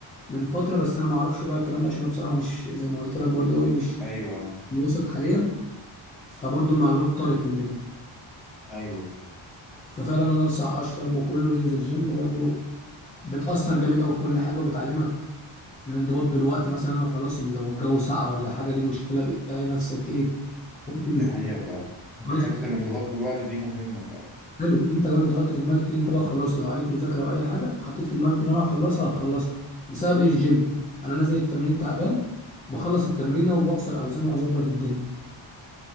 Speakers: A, on the left; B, in the centre.
A: من فترة بس انا ما اعرفش بقى الكلام ده عشان انا بصراحة مش زي ما قلت لك برضو ايه مش
B: أيوه
A: في الوسط حاليا فبرضو المعلومات طارت من دماغي
B: أيوه
A: ففعلا انا انصح آه الشباب وكله ينزل جيم برضو بتأثر جامد قوي في كل حاجة وبتعلمك الانضباط بالوقت مثلا انا خلاص لو الجو ساقع ولا حاجة دي مشكلة بتلاقي نفسك ايه ممكن
B: دي حقيقة فعلا
A: خلاص
B: حتة الانضباط بالوقت دي مهمة فعلا
A: حلو انت كمان بتحط في دماغك ان انت بقى خلاص لو عليك مذاكره او اي حاجه حطيت في دماغك ان انا هخلصها هتخلصها بسبب ايه الجيم انا نازل التمرين تعبان بخلص التمرينه وبكسر اوزان واظبط الدنيا